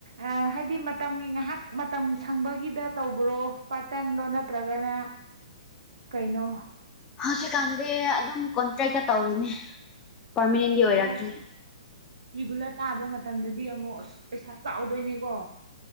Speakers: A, on the right; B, on the left.
A: ꯑ ꯍꯥꯏꯗꯤ ꯃꯇꯝꯒꯤ ꯉꯥꯏꯍꯥꯛ ꯃꯇꯝ ꯁꯪꯕꯒꯤꯗ ꯇꯧꯕꯔꯣ ꯄꯥꯔꯠ ꯇꯥꯏꯝꯂꯣ ꯅꯠꯇ꯭ꯔꯒꯅ ꯀꯩꯅꯣ
B: ꯍꯧꯖꯤꯛꯀꯥꯟꯗꯤ ꯑꯗꯨꯝ ꯀꯣꯟꯇ꯭ꯔꯦꯛꯇ ꯇꯧꯔꯤꯅꯦ ꯄꯥꯔꯃꯤꯅꯦꯟꯒꯤ
A: ꯑꯣ
B: ꯑꯣꯏꯔꯛꯇ꯭ꯔꯤ꯫
A: ꯔꯤꯒꯨꯂꯔ ꯇꯥꯕ ꯃꯇꯝꯗꯗꯤ ꯑꯃꯨꯛ ꯑꯁ ꯄꯩꯁꯥ ꯆꯥꯎꯗꯣꯏꯅꯦꯀꯣ